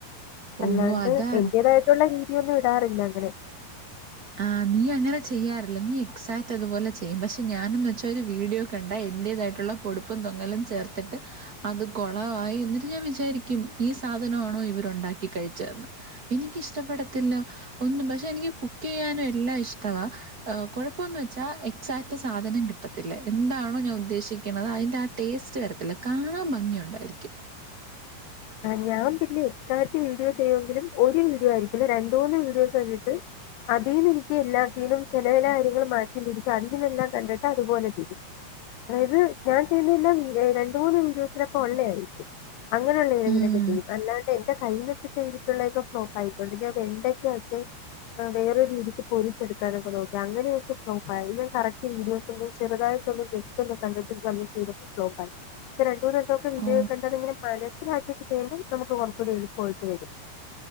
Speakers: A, on the right; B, on the left.
A: ഓ
B: അല്ലാണ്ട്
A: അതാ
B: എന്റേതായിട്ടുള്ള രീ ഒന്നും ഇടാറില്ല അങ്ങനെ
A: ആഹ് നീ അങ്ങനെ ചെയ്യാറില്ല നീ എക്സാക്റ്റ് അതുപോലെ ചെയ്യും പക്ഷെ ഞാനന്ന് വെച്ചാ ഒരു വീഡിയോ കണ്ടാ എൻറേതായിട്ടുള്ള പൊടുപ്പും തൊങ്ങലും ചേർത്തിട്ട് അത് കുളവായി എന്നിട്ട് ഞാൻ വിചാരിക്കും ഈ സാധനമാണോ ഇവരു ഉണ്ടാക്കി കഴിച്ചതന്ന് എനിക്കിഷ്ടപ്പെടത്തില്ല ഒന്നും പക്ഷെ എനിക്ക് കു <unintelligible> ചെയ്യാനും എല്ലാം ഇഷ്ടവാ കുഴപ്പംന്ന് വെച്ചാ എക്സാക്റ്റ് സാധനം കിട്ടത്തില്ല എന്താണോ ഞാൻ ഉദ്ദേശിക്കണത് അതിന്റെ ആ ടേസ്റ്റ് വരത്തില്ല കാണാൻ ഭംഗിയുണ്ടായിരിക്കും
B: ആഹ് ഞാൻ പിന്നെ എക്സാക്റ്റ് വീഡിയോ ചെയ്യുങ്കിലും ഒരു വീഡിയോ ആയിരിക്കില്ല രണ്ട് മൂന്ന് വീഡിയോസ് കണ്ടിട്ട് അതിന്ന് എനിക്ക് എല്ലാത്തീനും ചില ചില കാര്യങ്ങൾ മാറ്റിതിരിച്ചും അതിൽ നിന്നെല്ലാം കണ്ടിട്ട് അതുപോലെ ചെയ്യും അതായത് ഞാൻ ചെയ്യുന്ന എല്ലാ വീഡിയോ രണ്ട് മൂന്ന് വീഡിയോസിലൊക്കെ ഒള്ളെ ആയിരിക്കും അങ്ങനെയുള്ള ഏതെ
A: ഉം
B: <unintelligible> അല്ലാണ്ട് എന്റെ കയ്യിന്ന് എടുത്ത് ചെയ്തി ട്ടുള്ളൊതൊക്കെ ഫ്ലോപ്പായി <unintelligible> വെണ്ടയ്ക്കൊക്കെ വേറൊരു രീതിക്ക് പൊരിച്ചെടുക്കാനൊക്കെ നോക്കി അങ്ങനെയൊക്കെ ഫ്ലോപ്പായി കറക്റ്റ് വീഡിയോസ് ഒന്നും ചെറുതായിട്ടൊന്ന് ജസ്റ്റ് ഒന്ന് കണ്ടിട്ട്ന്ന് <unintelligible> ഫ്ലോപ്പായി പക്ഷേ രണ്ട് മൂന്നെട്ടൊക്കെ വീഡിയോ
A: ഓ
B: കണ്ടാ ഇങ്ങനെ മനസിലാക്കി <unintelligible> നമുക്ക് കുറച്ചൂടി എളുപ്പമായിട്ട് വരും